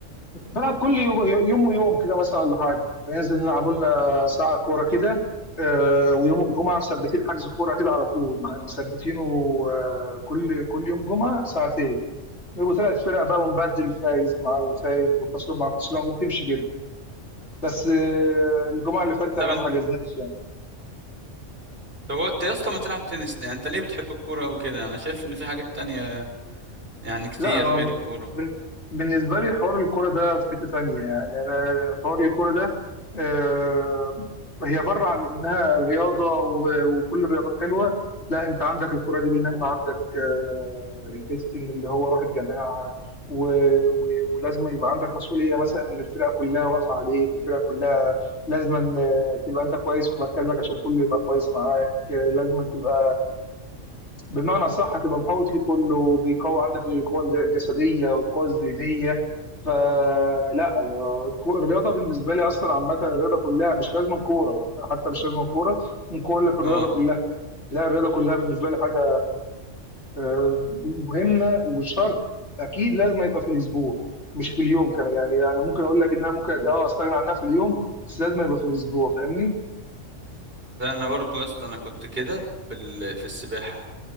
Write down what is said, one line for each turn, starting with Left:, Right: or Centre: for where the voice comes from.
Left: بلعب كل يوم يوم ويوم كده مثلا ولا حاجه بننزل نلعب لنا ساعه كوره كده آه، ويوم الجمعه مثبتين حجز كوره كده على طول مع- مثبتينه آه، كل كل يوم جمعه ساعتين وثلاث فرق بقى ونبدل فايز مع الفايز وخسران مع خسران وبتمشي كده بس آه، الجمعه اللي فاتت
Right: طب
Left: احنا
Right: انت
Left: ما حجزناش يعني
Right: طب انت يا اسطى ما تلعب تنس ليه انت ليه بتحب الكوره او كده انا شايف ان في حاجات تانية يعني كتير
Left: لا هو
Right: غير الكوره
Left: بن- بالنسبة لي حوار الكرة ده في حتة تانية يعني أنا حوار الكرة ده آه، هي بره عن إنها رياضة و- وكل الرياضات حلوة لا أنت عندك الكرة دي بينما عندك آه، حتة إن اللي هو روح الجماعة و... و... ولازم يبقى عندك مسؤولية مثلا إن الفرقة كلها واقفة عليك الفرقة كلها لازم تبقى أنت كويس في مركزك عشان كله يبقى كويس معاك آه، لازم تبقى بمعنى صح هتبقى محوط ليه كله بيقوي عندك القوة الج- الجسدية والقوة الذهنية فلا آه، الكو- الرياضة بالنسبة لي أصلا عامة الرياضة كلها مش لازم كورة يعني حتى مش لازم كورة ممكن أقول لك الرياضة
Right: اه
Left: كلها لا الرياضة كلها بالنسبة لي حاجة آه، مهمة وشرط أكيد لازم يبقى في الأسبوع مش في اليوم كمان يعني أنا ممكن أقول لك إن أنا ممكن أه أستغنى عنها في اليوم بس لازم يبقى في الأسبوع فاهمني؟
Right: لا انا برضو يا اسطى انا كنت كده في ال... في السباحه